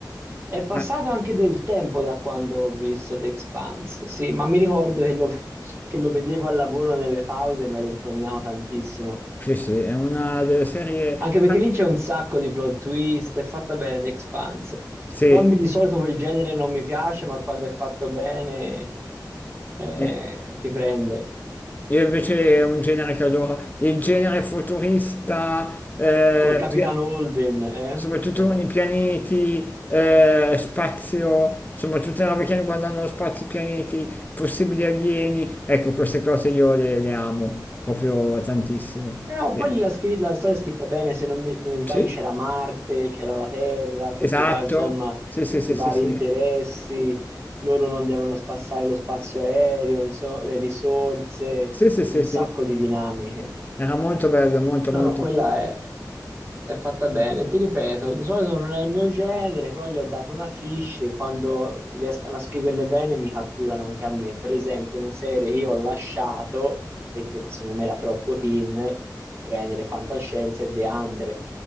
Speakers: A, on the right; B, on the left.
A: È passato
B: Ah,
A: anche del tempo da quando l'ho visto The Expanse, sì, ma mi ricordo che lo, <laughs> che lo vedevo al lavoro nelle pause e mi ero infognato tantissimo.
B: sì, sì, è una delle serie...
A: Anche perché lì c'è un sacco di plot twist, è fatta bene The Expanse.
B: Sì.
A: Però a me di solito quel genere non mi piace, ma quando è fatto bene eh,
B: eh.
A: ti prende.
B: Io invece è un genere che adoro, il genere futurista, eh,
A: Col capitano
B: pia-
A: Holden, eh?
B: soprattutto
A: <laughs>
B: con i pianeti, eh, spazio, insomma tutte le robe che riguardano lo spazio, i pianeti, possibili alieni, ecco queste cose io le, le amo proprio tantissimo.
A: Eh no,
B: Eh,
A: poi la, scri- la storia è scritta bene, se non mi, non mi sbaglio
B: Sì,
A: c'era Marte, c'era la Terra, tutti,
B: esatto,
A: i pa- insomma,
B: sì sì
A: tutti
B: sì
A: i
B: sì
A: vari
B: sì,
A: interessi, loro non devono spassare lo spazio aereo, insomma, le risorse,
B: sì sì sì
A: un
B: sì,
A: sacco di dinamiche.
B: era molto bello, molto
A: No,
B: molto.
A: no, quella è È fatta bene, ti ripeto, di solito non è il mio genere, però gli ho dato una fiche e quando riescono a scriverle bene mi catturano anche a me. Per esempio, una serie che io ho lasciato perché secondo me era troppo teen, genere fantascienza, è The 100,